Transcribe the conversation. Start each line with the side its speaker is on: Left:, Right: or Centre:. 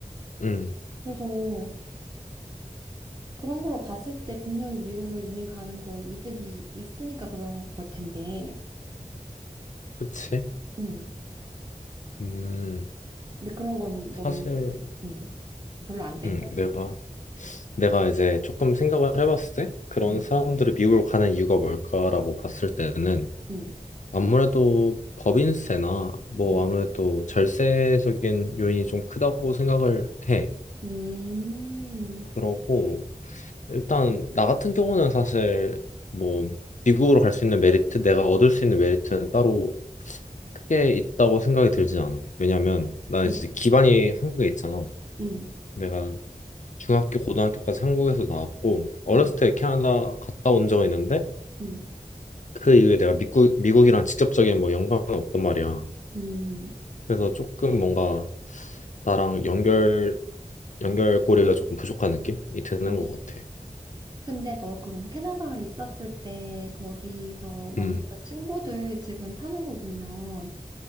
Left: 음,
Right: 그래서 그런 걸로 봤을 때 분명히 미국으로 이민 가는 거에 이득이 있으니까 그런 걸 텐데.
Left: 그치?
Right: 음.
Left: 음,
Right: 근데 그런 건 너는
Left: 사실,
Right: 음, 별로 안 땡겨?
Left: 음, 내가, 내가 이제 조금 생각을 해봤을 때, 그런
Right: 음.
Left: 사람들이 미국으로 가는 이유가 뭘까라고 봤을 때는,
Right: 음.
Left: 아무래도 법인세나, 뭐,
Right: 음.
Left: 아무래도 절세적인 요인이 좀 크다고 생각을 해.
Right: 음.
Left: 그러고, 일단, 나 같은 경우는 사실, 뭐, 미국으로 갈 수 있는 메리트, 내가 얻을 수 있는 메리트는 따로 크게 있다고 생각이 들진 않아. 왜냐면 나
Right: 음.
Left: 이제 기반이 한국에 있잖아.
Right: 음.
Left: 내가 중학교, 고등학교까지 한국에서 나왔고 어렸을
Right: 음.
Left: 때 캐나다 갔다 온 적이 있는데
Right: 음. 음.
Left: 그 이후에 내가 미국, 미국이랑 직접적인 뭐 연관은 없단 말이야.
Right: 음.
Left: 그래서 조금 뭔가 나랑 연결 연결고리가 조금 부족한 느낌이 드는
Right: 어.
Left: 것 같아.
Right: 근데 너 그러면 캐나다에 있었을 때 거기서 만났던
Left: 음,
Right: 친구들 지금 사는 거 보면